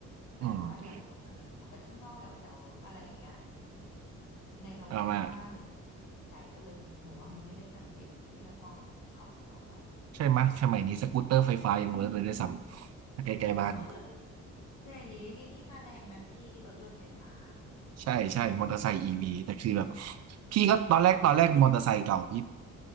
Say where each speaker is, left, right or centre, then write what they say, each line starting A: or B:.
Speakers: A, on the left; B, on the right.
A: แต่ว่าอย่างหนูถ้าเกิดออกไปข้างนอกแถวๆอะไรอย่างเงี้ย
B: อืม
A: ในละแวกบ้านหรือ
B: เอามา
A: ไกลๆก็เลยหนูว่ามันไม่ได้จำเป็นที่จะต้องขับรถออกไป
B: ใช่ไหมยสมัยนี้สกูตเตอร์ไฟฟ้ายังเวิร์กเลยด้วยซ้ำใกล้ๆบ้าน
A: เอาแต่แต่อันนี้ไอ้นี่มาแรงนะพี่รถยนต์ไฟฟ้า
B: ใช่ใช่มอเตอร์ไซค์อีวีแต่คือแบบพี่ก็ตอนแรกตอนแรกมอเตอร์ไซค์เก่าพี่